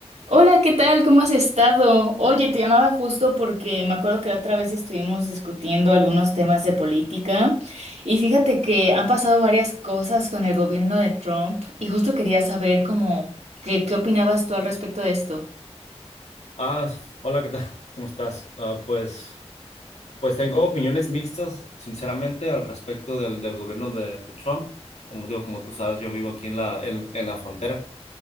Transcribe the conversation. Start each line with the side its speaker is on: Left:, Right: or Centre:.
Right: Hola, ¿qué tal? ¿Cómo has estado? Oye, te llamaba justo porque me acuerdo que la otra vez estuvimos discutiendo algunos temas de política y fíjate que han pasado varias cosas con el gobierno de Trump y justo quería saber cómo, qué, qué opinabas tú al respecto de esto.
Left: Ah, hola, ¿qué tal? <laughs> ¿Cómo estás? Ah, pues, pues tengo opiniones mixtas, sinceramente, al respecto del, del gobierno de, de Trump. Como digo, como tú sabes, yo vivo aquí en la, en, en la frontera.